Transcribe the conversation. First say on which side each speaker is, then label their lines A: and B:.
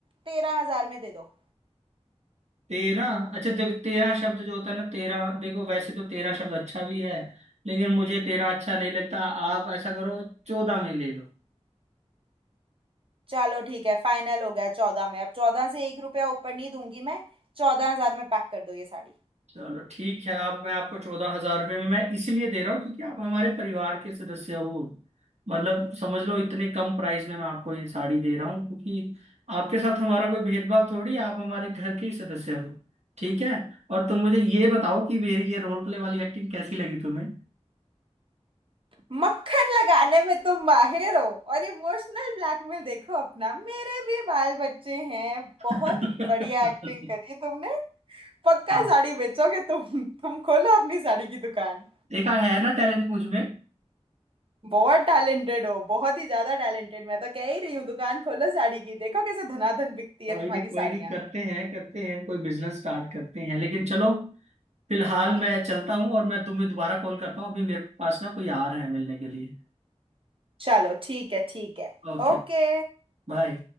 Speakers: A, on the right (about 50°); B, on the right (about 70°).
A: तेरह हजार में दे दो
B: तेरह अच्छा देखो तेरह शब्द जो होता है ना तेरह देखो वैसे तो तेरह शब्द अच्छा भी है लेकिन मुझे तेरह अच्छा नहीं लगता आप ऐसा करो चौदह में ले लो
A: चलो ठीक है फाइनल हो गया चौदह में अब चौदह से एक रुपया ऊपर नहीं दूंगी मैं चौदह हजार में पैक कर दो ये साड़ी
B: चलो ठीक है आप मैं आपको चौदह हजार रुपये में मैं इसलिए दे रहा हूँ क्योंकि आप हमारे परिवार के सदस्य हो मतलब समझ लो इतने कम प्राइस में मैं आपको ये साड़ी दे रहा हूँ क्योंकि आपके साथ हमारा कोई भेदभाव थोड़ी है, आप हमारे घर के ही सदस्य हो ठीक है और तुम मुझे ये बताओ कि मेरी ये रोल प्ले वाली एक्टिंग कैसी लगी तुम्हें
A: मक्खन लगाने में तुम माहिर हो और इमोशनल ब्लैकमेल देखो अपना मेरे भी बाल बच्चे हैं बहुत
B: <laughs>
A: बढ़िया एक्टिंग करी तुमने पक्का
B: हाँ
A: साड़ी बेचोगे तुम तुम खोलो अपनी साड़ी की दुकान
B: देखा है ना टैलेंट मुझ में
A: बहुत टैलेंटेड हो बहुत ही ज्यादा टैलेंटेड मैं तो कह ही रही हूँ दुकान खोलो साड़ी की देखो कैसे धनाधन बिकती
B: कोई
A: है तुम्हारी
B: नहीं कोई
A: साड़ियाँ
B: नहीं करते हैं करते हैं कोई बिजनेस स्टार्ट करते हैं लेकिन चलो फिलहाल मैं चलता हूँ और मैं तुम्हें दोबारा कॉल करता हूँ अभी मेरे पास ना कोई आ रहा है मिलने के लिए
A: चलो ठीक है ठीक है
B: ओके
A: ओके
B: बाय